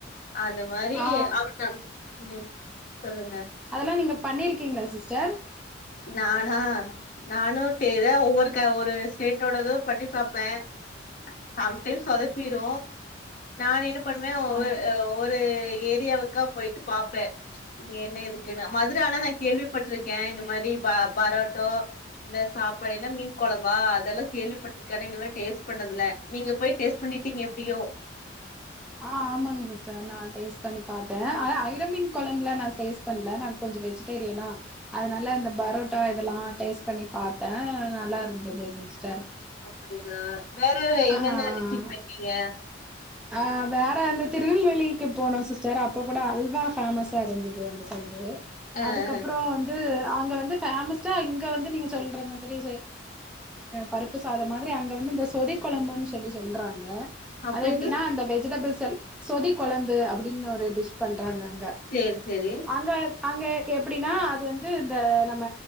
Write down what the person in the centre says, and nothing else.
ஆ
அதெல்லாம் நீங்க பண்ணிருக்கீங்களா சிஸ்டர்
ஆ
ஆ ஆமாங்க சிஸ்டர் நா டேஸ்ட் பண்ணி பாத்த ஆனா ஐரமீன்கொழம்புல நா டேஸ்ட் பண்ல நா கொஞ்ச வெஜிடேரியனா அதனால இந்த பரோட்டா இதல்லா டேஸ்ட் பண்ணி பார்த்தே நல்லா இருந்தது சிஸ்டர்
ஆ
ஆ வேற அந்த திருநெல்வேலிக்கு போனோ சிஸ்டர் அப்ப கூட அல்வா ஃபேமஸா இருந்தது அந்த சைடு
அதுக்கப்புற வந்து அங்க வந்து பேமஸா இங்க வந்து நீங்க சொல்ற மாதிரி பருப்பு சாதம் மாதிரி அங்க வந்து இந்த சொதி கொழம்புன் சொல்லி சொல்றாங்க
அது எப்டின்னா அந்த வெஜிடபிள்ஸ் எல்லா சொதி கொழம் அப்டின்னு ஒரு டிஸ் பண்றாங்க அங்க
அங்க அங்க எப்டின்னா அது வந்து இந்த நம்ம